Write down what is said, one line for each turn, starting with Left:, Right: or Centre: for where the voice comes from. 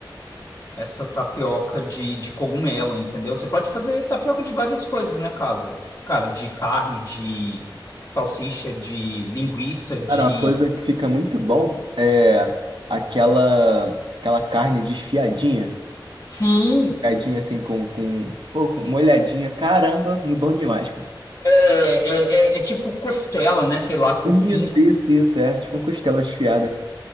Left: essa tapioca de, de cogumelo, entendeu? Você pode fazer tapioca de várias coisas, né, casa? Cara, de carne, de salsicha, de linguiça, de.
Right: Cara, uma coisa que fica muito bom é aquela aquela carne desfiadinha,
Left: Sim,
Right: desfiadinha assim com com, pô, com uma olhadinha. Caramba, muito bom demais, cara.
Left: é, é, é- é tipo costela, né? Sei lá, cupim.
Right: Isso, isso, isso, é, tipo uma costela desfiada.